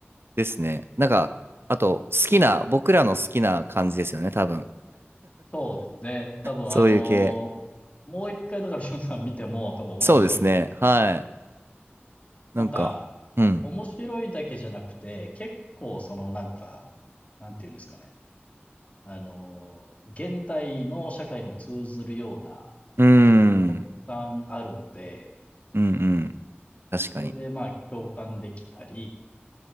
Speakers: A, on the right (about 65°); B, on the left (about 35°).
A: ですね。なんか、あと好きな、僕らの好きな感じですよね、多分。
B: そうですね。多分あのーもう一回だからしゅんさん見ても多分面白いと思う。
A: そういう系。そうですね。はい。なんか、
B: なんか、
A: うん。
B: 面白いだけじゃなくて、結構そのなんか、なんていうんですかね。あの、現代の社会にも通ずるようなことがもうたくさんあるんで、
A: うーん。うんうん。確かに。
B: それでまあ共感できたり